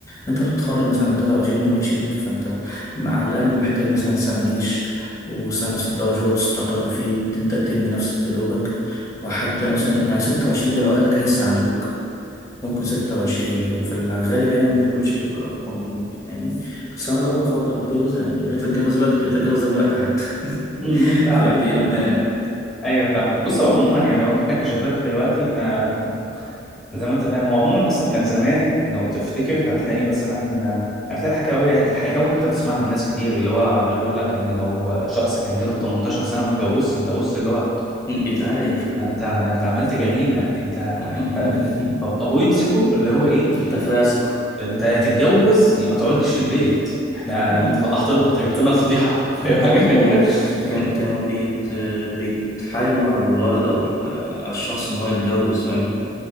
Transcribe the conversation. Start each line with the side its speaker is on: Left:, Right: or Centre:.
Left: انت بتتخرج مثلا 23 22 فانت على الاقل محتاج مثلا سنه جيش وسنه صدارة شغل تستقر فيه وبتبدا تبني نفسك يا دوبك وحتى مثلا يعني 26 ده لو اهلك هيساعدوك ممكن ستة وعشرين لكن في الغالب يعني ما بتكونش الأرقام دي يعني بس أنا لو هفضل أتجوز يعني يا ريت أتجوز بدري يا ريت أتجوز دلوقتي حتى <laughs>
Centre: م- م- فاهمك
Left: فاهمني إيه المانع؟
Centre: ايوه فاهمك بص هو عموما يعني هو احنا كشباب دلوقتي احنا زي ما انت فاهم هو عموما اصلا كان زمان لو تفتكر هتلاقي مثلا آه، هتلاقي الحكاوي الحكاوي اللي انت بتسمعها من ناس كتير اللي هو يقول لك ان لو شخص كان جاب ال 18 سنه وما اتجوزش انت بص اللي هو
Left: بيتعاير
Centre: ده انت ده انت عملت جريمه انت
Left: <laughs>
Centre: انت, انت طب ابوه يمسكه اللي هو ايه
Left: أنت فاسق
Centre: انت يا تتجوز يا ما تقعدليش في البيت احنا
Left: مم.
Centre: انت فضحتنا انت جبت لنا الفضيحه فاهم حاجه
Left: اه هما
Centre: <laughs>
Left: ك- كان كانوا بيت بيتحايلوا على الولد او ال- على الشخص ان هو يتجوز فاهم